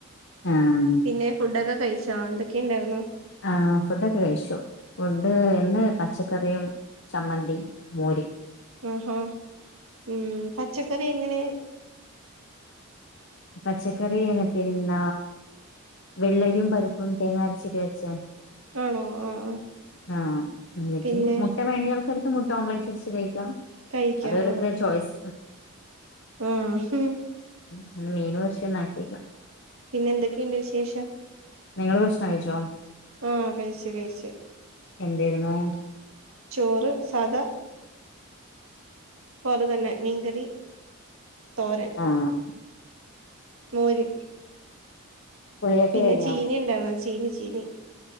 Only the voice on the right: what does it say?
പിന്നെ ഫുഡൊക്കെ കഴിച്ചോ എന്തൊക്കെ ഇണ്ടായിരുന്നു
ആഹാ ഉം പച്ചക്കറി എങ്ങനെ
ആണോ ആഹ് ആഹ്
പിന്നെ
കഴിക്കാം
ഉം
പിന്നെ എന്തൊക്കെയുണ്ട് വിശേഷം.
ആഹ് കഴിച്ചു കഴിച്ചു.
ചോറ് സദാ പോലെ തന്നെ മീൻകരി തോരൻ.
മോര്
പിന്നെ
ചീനി ഉണ്ടായിുന്നോ ചീനി ചീനി